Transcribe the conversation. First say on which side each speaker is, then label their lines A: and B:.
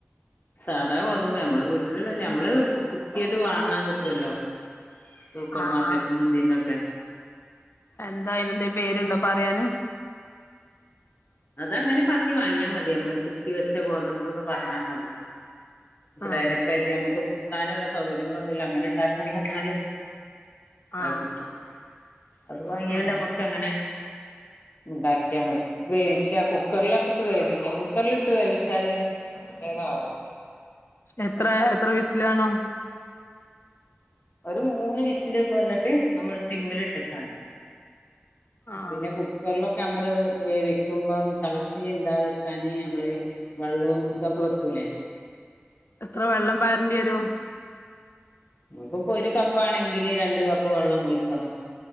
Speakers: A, on the left; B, on the left.
A: സാധാ ഗോതമ്പ് നമ്മള് വീട്ടില നമ്മള് കുത്തിയത് വാങ്ങാൻ കിട്ടുവല്ലോ സൂപ്പർ
B: ആഹ്
A: മാർക്കറ്റ്ന്ന്
B: ആഹ്
A: ഇതിനൊക്കെ
B: എന്താ അയിനെന്തെയ് പേര് ഇണ്ടോ പറിയാന്?
A: അത് അങ്ങനെ പർഞ്ഞ് വാങ്ങിയാ മതി ഞമ്മെൾ കുത്തി വെച്ച ഗോതമ്പ്ന്ന് പർണാ മതി ക്ക്
B: ആഹ്
A: ഡയ്റെക്റ്റ് ആയിട്ട് ഞമ്മെക്ക് കുത്താൻ ഇള്ള സൗകര്യങ്ങളൊന്നു ഇല്ല അങ്ങനെ ഇണ്ടാക്കാന് പർണാൽ
B: ആഹ്
A: അയ് കിട്ടും അത് വാങ്ങിയാണ്ട്
B: ആഹ്
A: ഞമ്മെക്ക് അങ്ങനെ ഇണ്ടാക്കിയാ മതി വേവിച്ചാ കുക്കെർലൊക്കെ ഇട്ട് വേവിക്ക കുക്കെർലിട്ട് വേവിച്ചാല് വേഗം ആവും
B: എത്രെ എത്ര വിസ്ൽ വാണം?
A: ഒര് മൂന്ന് വിസിലൊക്കെ വെന്നിട്ട് നമ്മെൾ സിമ്മിൽ ഇട്ടെച്ചാ മതി
B: ആഹ്
A: പിന്നെ കുക്കെർലൊ ക്കെ അമ്മെൾ വേവിക്കുമ്പം തളെച്ച് ചിന്താതെക്കാന് ഞമ്മെൾ വളളും ഇതൊക്കെ വെക്കലെ
B: എത്ര വെള്ളം പാരെന്റി വെരും
A: നമ്മെക്ക് ഇപ്പം ഒര് കപ്പാണെങ്കിൽ രണ്ട് കപ്പ് വെള്ളം ഒഴിക്കെണം